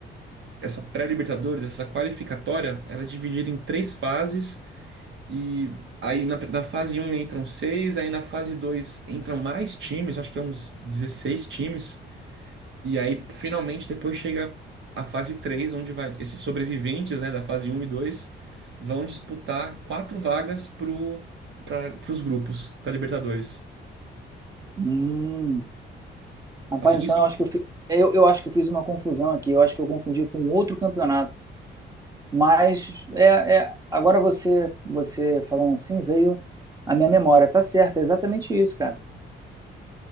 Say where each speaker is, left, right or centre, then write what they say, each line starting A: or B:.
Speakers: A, on the right (about 70°); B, on the right (about 20°).
A: essa pré-Libertadores, essa qualificatória, ela é dividida em três fases. E aí na, na fase um entram seis, aí na fase 2 entram mais times, acho que é uns 16 times. E aí finalmente depois chega a fase 3, onde vai esses sobreviventes, né, da fase um e 2 vão disputar quatro vagas pro para os grupos da Libertadores.
B: Hum. Rapaz,
A: Assim, isso
B: então eu acho que eu, fi- eu, eu acho que eu fiz uma confusão aqui. Eu acho que eu confundi com outro campeonato. Mas é, é- agora você você falando assim veio a minha memória. Tá certo, é exatamente isso, cara.